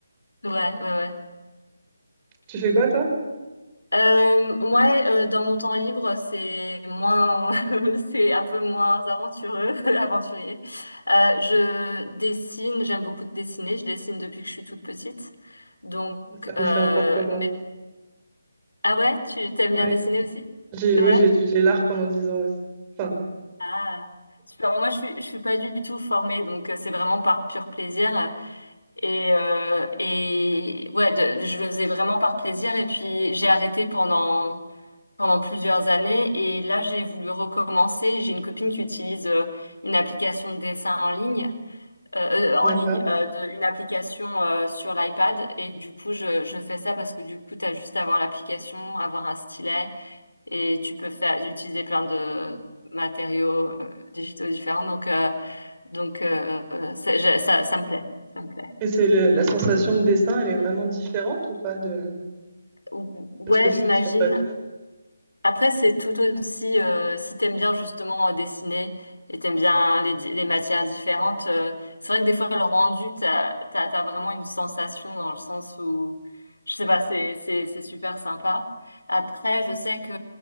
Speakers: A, on the left; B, on the right.
A: ouais, ouais, ouais.
B: Tu fais quoi, toi?
A: Euh, moi, euh, dans mon temps libre, c'est moins, <laughs> c'est un peu moins aventureux, <laughs> aventurier. Euh, je dessine, j'aime beaucoup dessiner. Je dessine depuis que je suis toute petite. Donc,
B: Ça nous
A: euh,
B: fait un point commun.
A: mais- ah ouais, tu t'aimes
B: Ouais.
A: bien dessiner aussi?
B: J'ai,
A: Ouais.
B: oui, j'ai étudié l'art pendant 10 ans aussi. Enfin,
A: Ah, super. Moi, je suis, je suis pas du tout formée, donc euh, c'est vraiment par pur plaisir. Et, euh, et ouais, de- je le faisais vraiment par plaisir. Et puis, j'ai arrêté pendant pendant plusieurs années. Et là, j'ai voulu recommencer. J'ai une copine qui utilise euh, une application de dessin en ligne, euh, euh, en
B: d'accord.
A: ligne, euh, de, une application euh, sur l'iPad. Et du coup, je, je fais ça parce que du coup, tu as juste à avoir l'application, avoir un stylet et tu peux faire, utiliser plein de matériaux euh, digitaux différents. Donc, euh, donc euh, ça, j'ai- ça, ça me plaît. Ça me plaît.
B: Et c'est le- la sensation de dessin, elle est vraiment différente ou pas de,
A: Ou- Ouais,
B: de ce que tu
A: j'imagine.
B: fais sur papier?
A: Après, c'est tout aussi, euh, si t'aimes bien justement euh, dessiner et t'aimes bien les, di- les matières différentes, euh, c'est vrai que des fois, le rendu, t'as, t'as, t'as vraiment une sensation dans le sens où, je sais pas, c'est, c'est, c'est super sympa. Après, je sais que